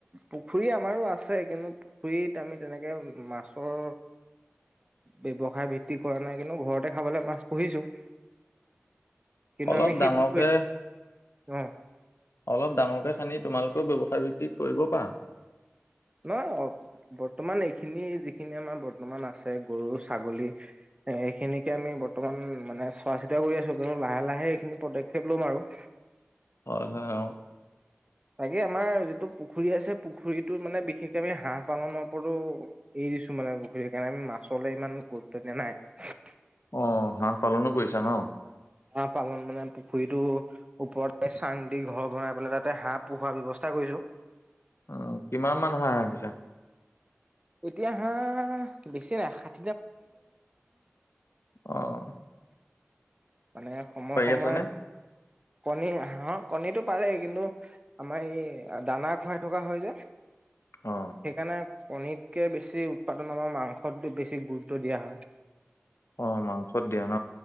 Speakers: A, on the right; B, on the left.
A: পুখুৰী আমাৰো আছে কিন্তু পুখুৰীত আমি তেনেকে মাছৰ ব্যৱসায় ভিত্তি কৰা নাই কিন্তু ঘৰতে খাবলৈ মাছ পুহিছোঁ কিন্তু
B: অলপ
A: আমি
B: ডাঙৰকে
A: সেই পুখুৰীত অঁ
B: অলপ ডাঙৰকে খান্দি তোমালোকেও ব্যৱসায় ভিত্তিত কৰিব পাৰা
A: নহয় বৰ্তমান এইখিনি যিখিনি আমাৰ বৰ্তমান আছে গৰু ছাগলী এইখিনিকে আমি বৰ্তমান মানে চোৱা চিতা কৰি আছো কিন্তু লাহে লাহে এইখিনি পদক্ষেপ ল'ম আৰু
B: হয় হয় অ
A: তাকে আমাৰ যিটো পুখুৰী আছে পুখুৰীটোৰ মানে বিশেষকৈ আমি হাঁহ পালনৰ ওপৰতো এৰি দিছো মানে পুখুৰী কাৰণে আমি মাছলৈ ইমান গুৰুত্ব দিয়া নাই
B: অ হাহ পালনো কৰিছা ন
A: হাঁহ পালন মানে পুখুৰীটো ওপৰতে চাং দি ঘৰ বনাই পেলাই তাতে হাঁহ পোহাৰ ব্যৱস্থা কৰিছো
B: অ কিমান মান হাঁহ ৰাখিছা
A: এতিয়া হা বেছি নাই সাঠি
B: আহ
A: মানে সময়ে সময়ে
B: আছে নে
A: কণী হাহৰ কণীটো পাৰে কিন্তু আমাৰ এই দানা খুৱাই থকা হয় যে
B: অ
A: সেইকাৰণে কণীতকে বেছি উৎপাদন আমাৰ মাংস সটোত বেছি গুৰুত্ব দিয়া হয়
B: অ মাংসত দিয়া ন